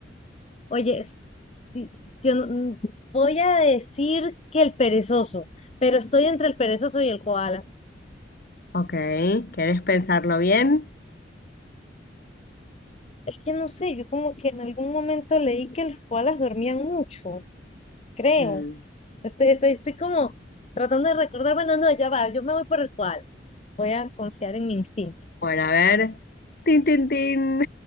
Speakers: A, on the left; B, on the left.
A: Oye, es- y- yo no- mm, voy a decir que el perezoso, pero estoy entre el perezoso y el koala.
B: ok, ¿querés pensarlo bien?
A: Es que no sé, yo como que en algún momento leí que los koalas dormían mucho, creo.
B: Mm.
A: Estoy, estoy, estoy como tratando de recordar, bueno, no, ya va, yo me voy por el koala. Voy a confiar en mi instinto.
B: Bueno, a ver. Tin, tin, tin.